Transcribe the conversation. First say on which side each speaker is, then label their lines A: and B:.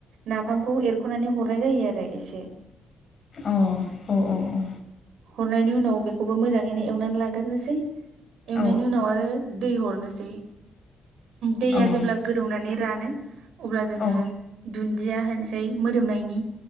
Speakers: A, on the right; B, on the left.
A: नाफामखौ एरखनानै हरनाय जायो आरो एसे
B: अ औ औ औ
A: हरनायनि उनाव बेखौबो मोजाङैनो एवनानै लाग्रोसै एवनायनि
B: औ
A: उनाव आरो दै हरनोसै दैया
B: औ
A: जेब्ला गोदौनानै रानो अब्ला जोङो
B: औ
A: दुन्दिया होनसै मोदोमनायनि